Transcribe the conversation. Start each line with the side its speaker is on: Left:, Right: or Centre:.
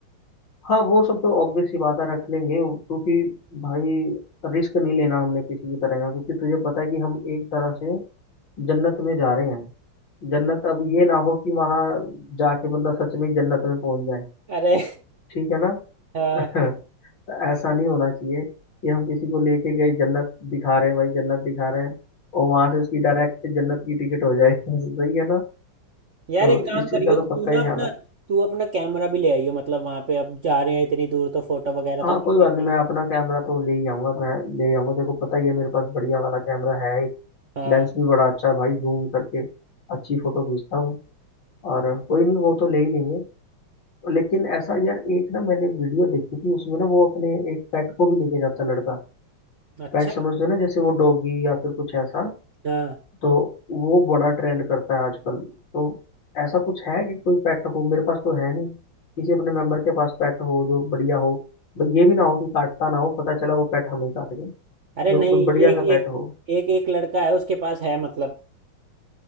Left: हाँ वो सब तो ऑब्वियस सी बात है रख लेंगे क्योंकि भाई रिस्क नहीं लेना हमने किसी भी तरह का क्योंकि तुझे पता है कि हम एक तरह से जन्नत में जा रहे हैं जन्नत अब ये ना हो कि वहां जाके बंदा सच में ही जन्नत में पहुंच जाए
Right: अरे
Left: ठीक है ना <laughs>
Right: <laughs> हाँ
Left: तो ऐसा नहीं होना चाहिए कि हम किसी को लेके गए जन्नत दिखा रहे हैं भाई जन्नत दिखा रहे हैं और वहां से उसकी डायरेक्ट जन्नत की टिकट हो जाए <laughs> सही है ना
Right: यार
Left: तो
Right: एक काम
Left: इस
Right: करियो
Left: चीज का
Right: कि
Left: तो पक्का
Right: तू ना
Left: ही ध्यान
Right: अपना
Left: रख
Right: तू अपना कैमरा भी ले आइयो मतलब वहां पे अब जा रहे हैं इतनी दूर तो फोटो वगैरह
Left: हाँ
Right: तो खींचेंगे
Left: कोई बात नहीं मैं अपना कैमरा तो ले ही आऊंगा मैं ले ही आऊंगा तेरे को पता ही है मेरे पास बढ़िया वाला कैमरा है
Right: हाँ
Left: लेंस भी बड़ा अच्छा है भाई जूम करके अच्छी फोटो खींचता हूँ और कोई नहीं वो तो ले ही लेंगे लेकिन ऐसा यार एक ना मैंने वीडियो देखी थी उसमें ना वो अपने एक पेट को भी लेके जाता लड़का
Right: अच्छा
Left: पेट समझते हो ना जैसे वो डॉगी या फिर कुछ ऐसा
Right: हाँ
Left: तो वो बड़ा ट्रेंड करता है आजकल तो ऐसा कुछ है कि कोई पेट हो मेरे पास तो है नहीं किसी अपने मेंबर के पास पेट हो जो बढ़िया हो भाई ये भी ना हो कि काटता ना हो पता चला वो पेट हमें काट गए
Right: अरे
Left: जो
Right: नहीं
Left: कोई बढ़िया
Right: एक
Left: सा पेट
Right: एक
Left: हो
Right: एक एक लड़का है उसके पास है मतलब